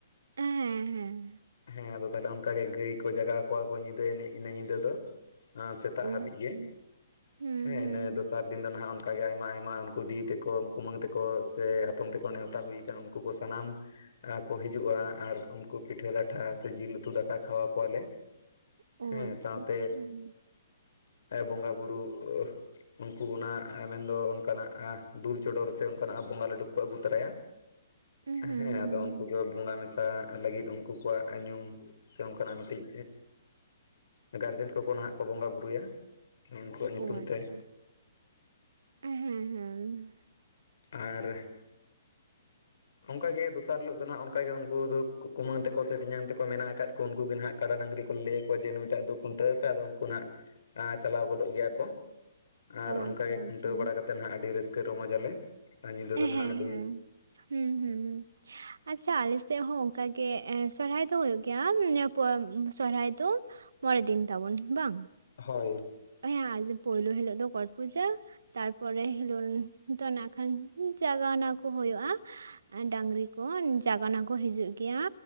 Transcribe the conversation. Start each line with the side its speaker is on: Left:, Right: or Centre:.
Right: ᱦᱮᱸ ᱦᱮᱸ
Left: ᱦᱮᱸ ᱟᱫᱚ ᱛᱟᱦᱚᱞᱮ ᱚᱱᱠᱟ ᱜᱮ᱾ ᱜᱟᱹᱭ ᱠᱚ ᱡᱟᱜᱟᱣ ᱠᱚᱣᱟ ᱠᱚ ᱧᱤᱫᱟᱹ ᱦᱮᱡ ᱱᱟ ᱧᱤᱫᱟᱹ ᱫᱚ᱾ ᱥᱮᱛᱟᱜ
Right: ᱚ
Left: ᱦᱟᱹᱵᱤᱡ
Right: ᱟᱪᱪᱷᱟ
Left: ᱜᱮ᱾
Right: ᱦᱩᱸ
Left: ᱦᱮᱸ
Right: ᱦᱩᱸ
Left: ᱤᱱᱟᱹ ᱫᱚᱥᱟᱨ ᱫᱤᱱ ᱫᱚ ᱱᱟᱦᱟᱜ ᱚᱱᱠᱟᱜ ᱜᱮ ᱟᱭᱢᱟ ᱟᱭᱢᱟ ᱩᱱᱠᱩ ᱫᱤᱫᱤ ᱛᱮᱠᱚᱠᱩᱢᱟᱹᱝ ᱛᱮᱠᱚ ᱥᱮ ᱦᱟᱛᱚᱢ ᱛᱮᱠᱚ ᱱᱮᱣᱛᱟ ᱦᱩᱭᱠᱟᱱ᱾ ᱩᱱᱠᱩ ᱠᱚ ᱥᱟᱱᱟᱢ ᱠᱚ ᱦᱤᱡᱩᱜᱼᱟ ᱟᱨ ᱩᱱᱠᱩ ᱯᱤᱴᱷᱟᱹ ᱞᱟᱴᱷᱟ ᱥᱮ ᱡᱤᱞ ᱩᱛᱩ ᱫᱟᱠᱟ ᱠᱷᱟᱣᱟ ᱠᱚᱣᱟᱞᱮ᱾
Right: ᱚ
Left: ᱦᱮᱸ
Right: ᱟᱪᱪᱷᱟ
Left: ᱥᱟᱶᱛᱮ
Right: ᱦᱩᱸ
Left: ᱵᱚᱸᱜᱟ ᱵᱩᱨᱩ, ᱩᱱᱠᱩ ᱚᱱᱟ ᱢᱮᱱᱫᱚ ᱚᱱᱠᱟᱱᱟᱜ ᱫᱩᱞ ᱪᱚᱰᱚᱨ ᱥᱮ ᱚᱱᱠᱟᱱᱟᱜ ᱵᱚᱸᱜᱟ ᱞᱟᱹᱰᱩ ᱠᱚ ᱟᱹᱜᱩ ᱛᱚᱨᱟᱭᱟ᱾
Right: <inaudible> ᱦᱩᱸ
Left: ᱦᱮᱸ ᱟᱫᱚ
Right: ᱦᱩᱸ
Left: ᱩᱱᱠᱩ ᱠᱚ ᱵᱚᱸᱜᱟ ᱢᱮᱥᱟ ᱞᱟᱹᱜᱤᱫ ᱩᱱᱠᱩ ᱠᱚᱣᱟᱜᱢ ᱧᱩᱸᱢ, ᱥᱮ ᱚᱱᱠᱟᱱᱟᱜ ᱠᱟᱹᱴᱤᱡ, ᱜᱟᱨᱡᱮᱱ ᱠᱚᱠᱚ ᱱᱟᱦᱟᱜ ᱠᱚ ᱵᱚᱸᱜᱟ ᱵᱩᱨᱩᱭᱟ᱾ ᱩᱱᱠᱩᱣᱟᱜ ᱧᱩᱛᱩᱢ
Right: ᱚ ᱟᱪᱪᱷᱟ
Left: ᱛᱮ᱾
Right: ᱦᱮᱸ ᱦᱮᱸ
Left: ᱟᱨ ᱚᱱᱠᱟᱜᱮ ᱫᱚᱥᱟᱨ ᱦᱤᱞᱳᱜ ᱫᱚ ᱱᱟᱦᱟᱜ ᱚᱱᱠᱟᱜᱮ ᱩᱱᱠᱩ ᱫᱚ ᱠᱩᱢᱟᱹᱝ ᱛᱮᱠᱚ ᱥᱮ ᱯᱮᱧᱟᱝ ᱛᱮᱠᱚ ᱢᱮᱱᱟᱜ ᱟᱠᱟᱫ ᱠᱚ ᱩᱱᱠᱩ ᱜᱮ ᱱᱟᱦᱜ᱾ ᱠᱟᱰᱟ ᱰᱟᱝᱨᱤ ᱠᱚᱞᱮ ᱞᱟᱹᱭᱭᱟ ᱠᱚᱣᱟ ᱡᱮ ᱱᱩᱭᱴᱟᱜ ᱫᱚ ᱠᱷᱩᱱᱴᱟᱹᱣ ᱯᱮ ᱟᱫᱚ ᱩᱱᱠᱩ ᱦᱟᱸᱜ ᱪᱟᱞᱟᱣ ᱜᱚᱫᱚᱜ ᱜᱮᱭᱟ ᱠᱚ᱾ ᱟᱨ
Right: ᱚ
Left: ᱚᱱᱠᱟᱜᱮ
Right: ᱟᱪᱪᱷᱟ
Left: ᱠᱷᱩᱱᱴᱟᱹᱣ
Right: ᱟᱪᱪᱷᱟ
Left: ᱵᱟᱲᱟ ᱠᱟᱛᱮᱫ ᱦᱟᱸᱜ ᱟᱹᱰᱤ ᱨᱟᱹᱥᱠᱟᱹ ᱨᱚᱢᱚᱡ ᱟᱞᱮ᱾ ᱟᱨ ᱧᱤᱫᱟᱹ
Right: ᱦᱮᱸ
Left: ᱫᱚ ᱱᱟᱦᱟᱜ
Right: ᱦᱮᱸ
Left: ᱟᱹᱰᱤ
Right: ᱦᱩᱸ ᱦᱩᱸ ᱦᱩᱸ ᱟᱪᱪᱷᱟ ᱟᱞᱮᱥ -ᱥᱮᱫ ᱦᱚᱸ ᱚᱱᱠᱟ ᱜᱮ ᱥᱚᱨᱦᱟᱭ ᱫᱚ ᱦᱩᱭᱩᱜ ᱜᱮᱭᱟ ᱱᱤᱭᱟᱹ ᱯᱚᱨ ᱥᱚᱨᱦᱟᱭ ᱫᱚ᱾ ᱢᱚᱬᱮ ᱫᱤᱱ ᱛᱟᱵᱚᱱ᱾ ᱵᱟᱝ?
Left: ᱦᱳᱭ
Right: ᱦᱮᱸ ᱟᱫᱚ ᱯᱳᱭᱞᱳ ᱦᱤᱞᱳᱜ ᱫᱚ ᱜᱚᱴ ᱯᱩᱡᱟᱹ ᱛᱟᱨᱯᱚᱨᱮ ᱦᱤᱞᱳᱜ ᱫᱚ ᱱᱟᱜ ᱠᱷᱟᱱ᱾ ᱡᱟᱜᱟᱣᱱᱟ ᱠᱚ ᱦᱩᱭᱩᱜᱳᱭᱳᱼᱟ ᱰᱟᱹᱝᱨᱤ ᱠᱚ ᱡᱟᱜᱟᱣᱱᱟ ᱠᱚ ᱦᱤᱡᱩᱜ ᱜᱮᱭᱟ᱾